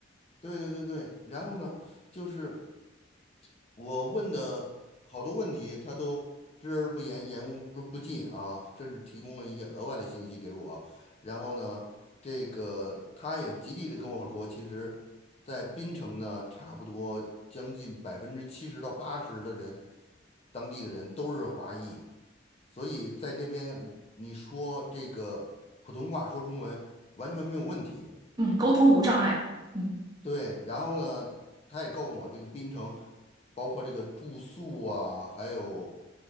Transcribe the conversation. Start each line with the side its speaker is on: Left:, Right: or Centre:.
Left: 对对对对。然后呢，就是。我问的好多问题，他都知而不言，言无不不尽啊，甚至提供了一些额外的信息给我。然后呢，这个他也极力的跟我说，其实，在槟城呢，差不多将近百分之七十到八十的人，当地的人都是华裔，所以在这边你说这个普通话说中文完全没有问题。
Right: 嗯，沟通无障碍。嗯
Left: 对，然后呢，他也告诉我这个槟城，包括这个住宿啊，还有